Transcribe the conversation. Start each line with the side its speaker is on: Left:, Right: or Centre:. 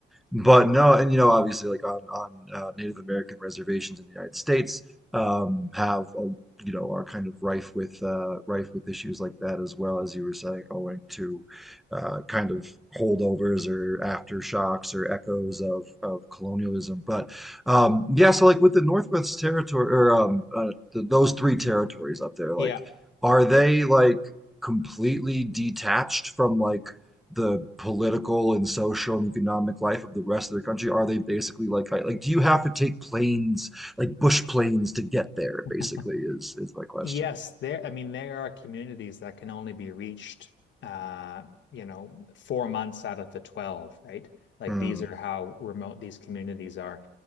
Centre: but no, and you know, obviously, like on on uh, Native American reservations in the United States, um, have a, you know are kind of rife with uh, rife with issues like that as well as you were saying, owing to uh, kind of holdovers or aftershocks or echoes of of colonialism. But um, yeah, so like with the Northwest Territory or um, uh, the, those three territories up there, like,
Left: Yeah.
Centre: are they like completely detached from like the political and social and economic life of the rest of the country? Are they basically like like do you have to take planes like bush planes to get there?
Left: <laughs>
Centre: Basically, is is my question.
Left: Yes, there, I mean, there are communities that can only be reached, uh, you know, four months out of the 12, right? Like
Centre: Mm,
Left: these are how remote these communities are.